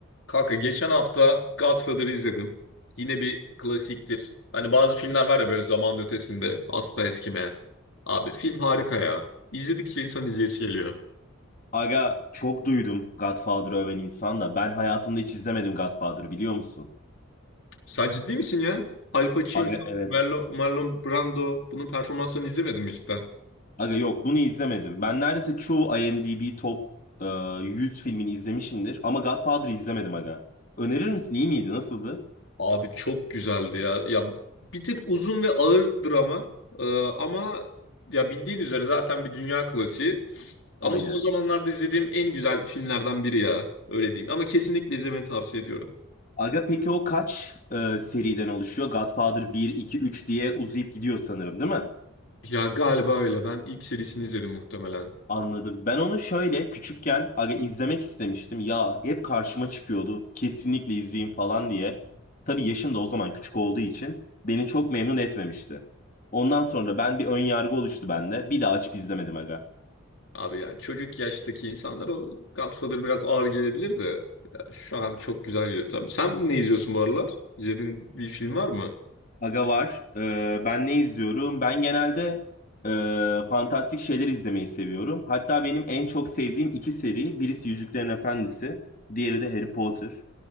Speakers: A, on the left (about 60°); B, on the left (about 40°).
A: Kanka geçen hafta Godfather'ı izledim. Yine bir klasiktir. Hani bazı filmler var ya böyle zamanın ötesinde asla eskimeyen. Abi film harika ya. İzledikçe insan izleyesi geliyor.
B: Aga çok duydum Godfather'ı öven insan da. Ben hayatımda hiç izlemedim Godfather'ı biliyor musun?
A: Sen ciddi misin ya? Al Pacino,
B: Aga evet.
A: Merlo- Marlon Brando bunun performanslarını izlemedin mi cidden?
B: Aga yok bunu izlemedim. Ben neredeyse çoğu IMDb top e, 100 filmini izlemişimdir. Ama Godfather'ı izlemedim aga. Önerir misin? İyi miydi? Nasıldı?
A: Abi çok güzeldi ya. Ya bir tık uzun ve ağır drama. Ee, ama ya bildiğin üzere zaten bir dünya klasiği. Ama
B: Aynen.
A: son zamanlarda izlediğim en güzel filmlerden biri ya. Öyle diyeyim. Ama kesinlikle izlemeni tavsiye ediyorum.
B: Aga peki o kaç e, seriden oluşuyor? Godfather bir 2 3 diye uzayıp gidiyor sanırım değil mi?
A: Ya galiba öyle. Ben ilk serisini izledim muhtemelen.
B: Anladım. Ben onu şöyle küçükken aga izlemek istemiştim. Ya hep karşıma çıkıyordu. Kesinlikle izleyin falan diye. Tabii yaşım da o zaman küçük olduğu için beni çok memnun etmemişti. Ondan sonra ben bir ön yargı oluştu bende. Bir daha açıp izlemedim aga.
A: Abi ya çocuk yaştaki insanlar o Godfather biraz ağır gelebilir de. ya şu an çok güzel geliyor. Tabii sen ne izliyorsun bu aralar? İzlediğin bir film var mı?
B: Aga var. Ee, ben ne izliyorum? Ben genelde e, fantastik şeyler izlemeyi seviyorum. Hatta benim en çok sevdiğim iki seri. Birisi Yüzüklerin Efendisi. Diğeri de Harry Potter.